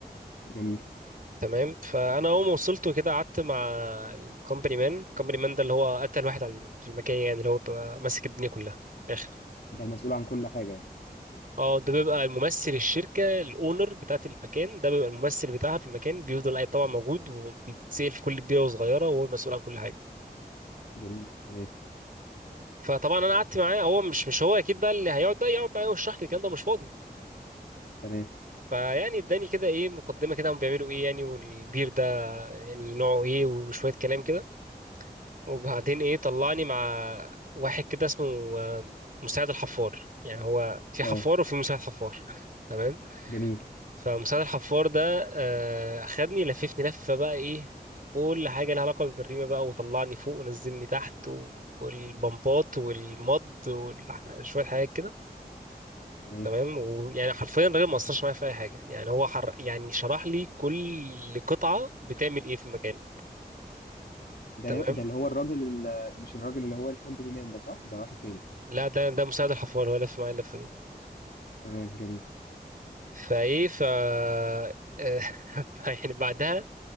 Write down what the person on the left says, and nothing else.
جميل
ده المسؤول عن كل حاجة يعني
جميل تمام
تمام
اه
جميل
تمام
ده
ده اللي هو الراجل اللي مش الراجل اللي هو الكومباني مان ده صح ده واحد تاني
تمام جميل